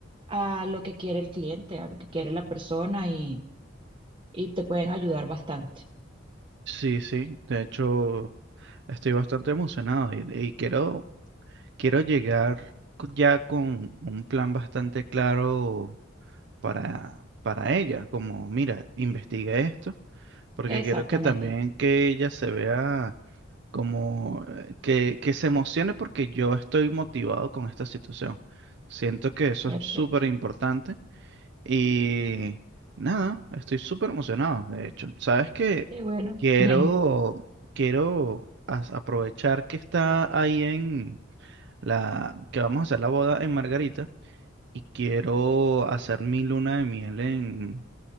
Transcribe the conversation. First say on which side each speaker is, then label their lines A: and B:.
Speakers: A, on the right; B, on the right.
A: a lo que quiere el cliente, a lo que quiere la persona y, y te pueden ayudar bastante.
B: sí, sí. De hecho, estoy bastante emocionado y, y quiero, quiero llegar co- ya con un plan bastante claro para, para ella. Como, mira, investiga esto, porque
A: Exactamente.
B: quiero que también que ella se vea como eh, que, que se emocione porque yo estoy motivado con esta situación. Siento que eso
A: Perfecto.
B: es súper importante y nada, estoy súper emocionado, de hecho. Sabes que
A: Qué bueno.
B: quiero,
A: <laughs>
B: quiero as- aprovechar que está ahí en la, que vamos a hacer la boda en Margarita y quiero hacer mi luna de miel en,